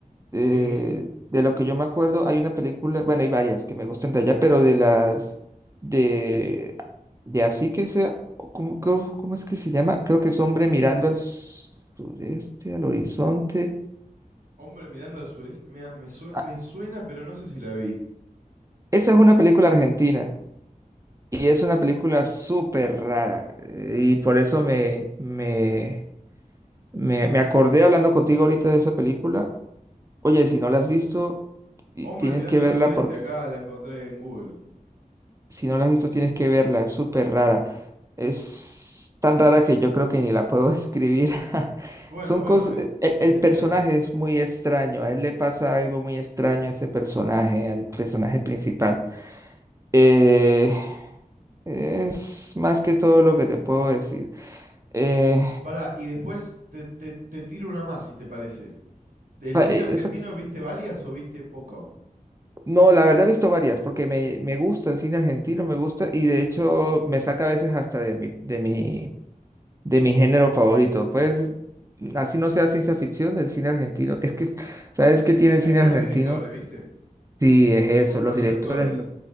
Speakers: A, on the right; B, on the right.
A: eh,
B: Sí.
A: de lo que yo me acuerdo, hay una película, bueno, hay varias que me gustan de allá, pero de las de, de así que sea, o ¿cómo, cómo, cómo es que se llama? Creo que es Hombre mirando al sureste, al horizonte.
B: Hombre mirando al sureste, me, da- me, sue-
A: Ah,
B: me suena, pero no sé si la vi.
A: esa es una película argentina y es una película súper rara eh, y por eso me, me, me, me acordé hablando contigo ahorita de esa película Oye, si no la has visto, ti-
B: Hombre
A: tienes
B: mirando
A: que verla
B: al sudeste,
A: porque
B: acá la encontré en Google.
A: si no la has visto, tienes que verla. Es súper rara. Es tan rara que yo creo que ni la puedo <laughs> escribir.
B: Bueno,
A: Son
B: bueno,
A: cosas.
B: me,
A: El,
B: me
A: el
B: sirve.
A: personaje es muy extraño. A él le pasa algo muy extraño a ese personaje, al personaje principal. Eh, es más que todo lo que te puedo decir. Eh,
B: Pará, y después te, te, te tiro una más, si te parece. ¿Del
A: pa-
B: cine
A: eh,
B: argentino
A: esa
B: viste varias o viste poco?
A: No, la verdad he visto varias, porque me, me gusta el cine argentino, me gusta, y de hecho me saca a veces hasta de mi, de mi, de mi género favorito. Pues así no sea ciencia ficción del cine argentino. Es que, ¿sabes qué tiene el
B: Hay
A: cine
B: buenos
A: argentino?
B: directores, ¿viste?
A: Sí, es eso,
B: Y muy buenos
A: los directores
B: actores.
A: lo,